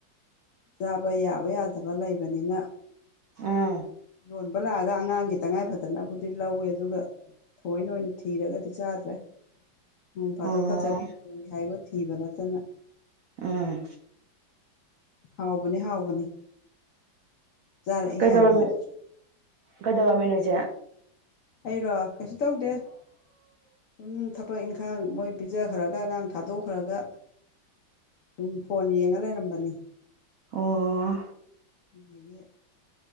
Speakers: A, on the left; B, on the right.
A: ꯆꯥꯕ ꯌꯥꯕ ꯌꯥꯗꯕ ꯂꯩꯕꯅꯤꯅ
B: ꯎꯝ
A: ꯂꯣꯟꯕ ꯕꯥꯂꯥꯒ ꯑꯉꯥꯡꯒꯤ ꯇꯉꯥꯏ ꯐꯇꯅꯕꯒꯤ ꯂꯧꯋꯦ ꯑꯗꯨꯒ ꯊꯧꯑꯣꯏꯅ ꯑꯣꯏꯅ ꯊꯤꯔꯒꯗꯤ ꯆꯥꯗ꯭ꯔꯦ ꯅꯣꯡ ꯐꯥꯗꯣꯛꯀꯥ
B: ꯑꯣ
A: ꯆꯒꯦꯝ ꯊꯣꯡꯒꯦ ꯍꯥꯏꯕ ꯊꯤꯕ ꯅꯠꯇꯅ
B: ꯑꯥ
A: ꯍꯥꯎꯕꯅꯦ ꯍꯥꯎꯕꯅꯤ ꯆꯥꯔꯛꯏ
B: ꯀꯩꯗꯧꯔꯝꯃꯤ
A: ꯌꯥꯝꯅ ꯑꯗꯨꯁꯨ
B: ꯀꯩꯗꯧꯔꯝꯃꯤꯅꯣ ꯏꯆꯦ
A: ꯑꯩꯔꯣ ꯀꯩꯁꯨ ꯇꯧꯗꯦ ꯁꯨꯝ ꯊꯥꯕꯛ ꯏꯟꯈꯥꯡ ꯃꯣꯏ ꯄꯤꯖꯥꯈ꯭ꯔꯒ ꯑꯉꯥꯡ ꯊꯥꯗꯣꯛꯈ꯭ꯔꯒ ꯁꯨꯝ ꯐꯣꯟ ꯌꯦꯡꯉꯥ ꯂꯩꯔꯝꯕꯅꯤ
B: ꯑꯣ
A: ꯑꯗꯥꯒꯤ